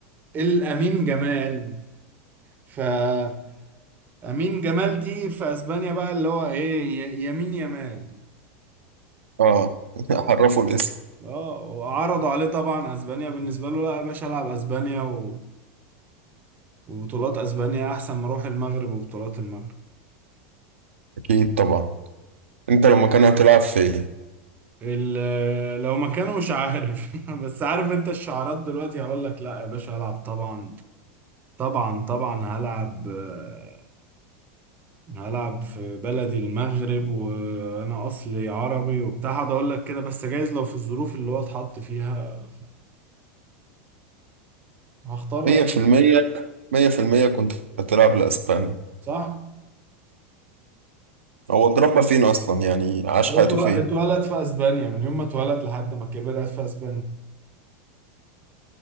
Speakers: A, on the right; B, on the right.
A: الامين جمال فامين جمال دي في اسبانيا بقى اللي هو ايه ي- يمين يمال
B: اه <laughs> عرفوا الاسم
A: اه وعرضوا عليه طبعا اسبانيا بالنسبه له لا يا باشا العب اسبانيا و... وبطولات اسبانيا احسن ما اروح المغرب وبطولات المغرب
B: اكيد طبعا انت لو مكانه هتلعب فين
A: ال- لو مكانه مش عارف <laughs> بس عارف انت الشعارات دلوقتي هقول لك لا يا باشا هلعب طبعا طبعا طبعا هلعب آه، هلعب في بلدي المغرب وانا اصلي عربي وبتاع هقعد اقول لك كده بس جايز لو في الظروف اللي هو اتحط فيها ف- هختار
B: مية
A: أس-
B: في المية مية في المية كنت هتلعب لأسبانيا
A: صح
B: هو اتربى فين أصلا يعني عاش
A: هو
B: حياته
A: اتول-
B: فين
A: اتولد في اسبانيا من يوم ما اتولد لحد ما كبر قاعد في اسبانيا